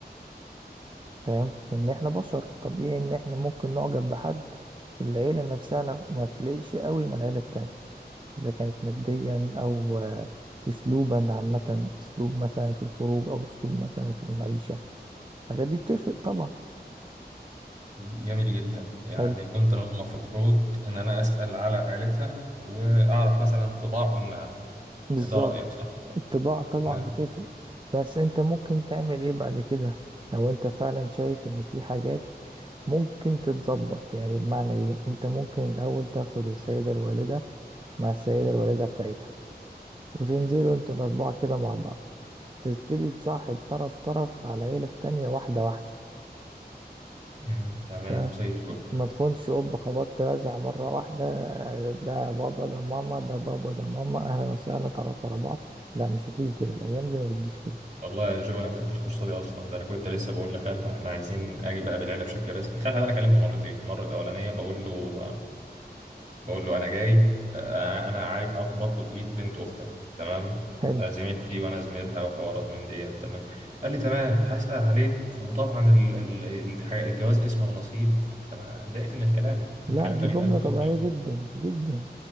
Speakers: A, on the right (about 30°); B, on the right (about 45°).
A: فاهم لان احنا بشر طبيعي ان احنا ممكن نعجب بحد العيلة نفسها ن- ما تليقش قوي مع العيلة التانية اذا كانت ماديا او آه، اسلوبا عامة اسلوب مثلا في الخروج او اسلوب مثلا في المعيشة الحاجات دي بتفرق طبعا
B: جميل جدا يعني
A: حلو
B: كنت المفروض ان انا اسال على عائلتها واعرف مثلا طباع امها
A: بالظبط
B: ده رايك صح
A: الطباع طبعا
B: تمام
A: بتفرق بس انت ممكن تعمل ايه بعد كده لو انت فعلا شايف ان في حاجات ممكن تتظبط يعني بمعنى ايه انت ممكن الاول تاخد السيدة الوالدة مع السيدة الوالدة بتاعتها وتنزلوا انتوا الأربعة كده مع بعض تبتدي تصاحب طرف طرف على العيلة التانية واحدة واحدة
B: مم. تمام
A: فاهم
B: زي الفل
A: ما تكونش أوب خبطت رزع مرة واحدة آه، ده بابا ده ماما ده بابا ده ماما أهلا وسهلا تعرفوا على بعض لا مش هتيجي كده الأيام دي ما بتجيش كده
B: والله يا جو انا ما خدت الفرصه دي اصلا ده انا كنت لسه بقول لخالها احنا عايزين اجي بقى بالعيله بشكل رسمي خالها ده انا كلمته مرتين المره الاولانيه بقول له بقول له انا جاي انا انا عاي... أط- بطلب ايد بنت اختك تمام
A: حلو
B: آه، زميلتي وانا زميلها وحوارات من ديت تمام قال لي تمام هسأل عليك وطبعا ال... ال... الح- الجواز اسمه ونصيب فانا اتضايقت من الكلام الكلام
A: لا دي
B: ده بيتقال
A: جملة
B: في الاخر
A: طبيعية
B: يعني
A: جدا جدا